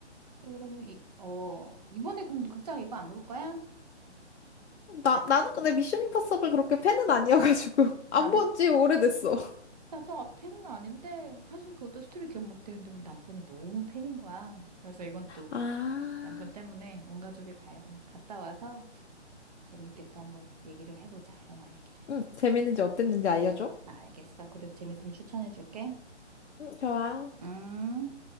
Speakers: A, on the right; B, on the left.
A: 그리고 뭐, 이, 어 이번에 그럼 극장 이거 안 볼 거야?
B: 나, 나는 근데 미션 임파서블 그렇게 팬은 아니어가지고. <laughs> 안
A: 나도
B: 본지 오래됐어.
A: 나도 아- 팬은 아닌데 사실 그것도 스토리 기억 못 되는데 우리 남편이 너무 팬인 거야. 그래서 이건 또
B: 아.
A: 남편 때문에 온 가족이 가야 돼. 갔다 와서 재밌게 또 한번 얘기를 해보자. 영화 얘기를.
B: 응, 재밌는지 어땠는지 알려줘.
A: 아, 알겠어. 그래 재밌으면 추천해 줄게.
B: 응, 좋아.
A: 음.